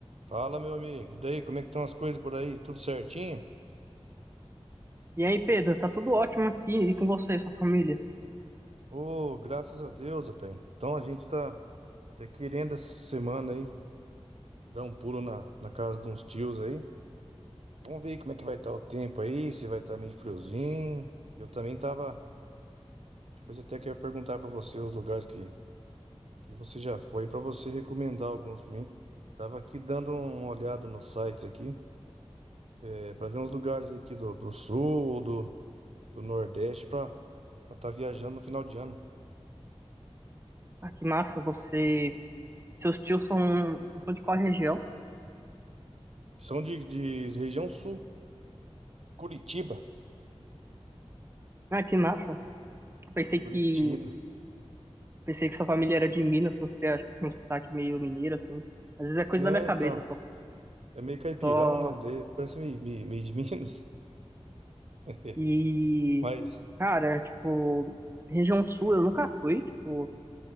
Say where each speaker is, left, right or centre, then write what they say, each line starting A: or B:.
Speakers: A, on the right; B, on the right.
A: Fala, meu amigo. E daí, como é que estão as coisas por aí? Tudo certinho?
B: E aí, Pedro, tá tudo ótimo aqui e com você, sua família?
A: Ô, graças a Deus, rapaz. Então a gente tá, tá querendo essa semana aí dar um pulo na, na casa de uns tios aí. Vamos ver como é que vai estar o tempo aí, se vai estar meio friozinho. Eu também tava. Depois eu até quero perguntar pra você os lugares que, que você já foi, pra você recomendar alguns pra mim. Tava aqui dando uma olhada nos sites aqui, é, para ver uns lugares aqui do, do sul, do, do nordeste, pra estar viajando no final de ano.
B: Ah, que massa, você. Seus tios são, são de qual região?
A: São de, de região sul, Curitiba.
B: Ah, que massa. Pensei
A: Curitiba.
B: que pensei que sua família era de Minas, porque você acha que tem um sotaque meio mineiro, assim. Às vezes é coisa
A: Não,
B: da minha cabeça,
A: então,
B: só.
A: é meio caipirão,
B: só...
A: né? Daí Parece meio, meio, meio de Minas. <laughs>
B: E,
A: Mas,
B: cara, tipo, região sul eu nunca fui, tipo,